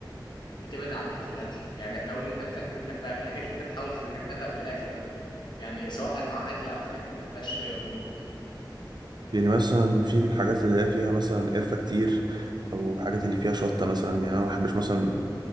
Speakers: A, on the left (about 65°); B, on the right (about 60°).
A: بتبعد عنها في الاكل يعني احنا قلنا الحاجات اللي احنا بنحبها الحاجات اللي انت بتحاول تتجنبها في الاكل بقى يعني سواء انواع اكل او حاجات ما تبقاش موجوده
B: يعني مثلا في الحاجات اللي هي فيها مثلا قرفة كتير أو حاجات اللي فيها شطة مثلا يعني أنا ما بحبش مثلا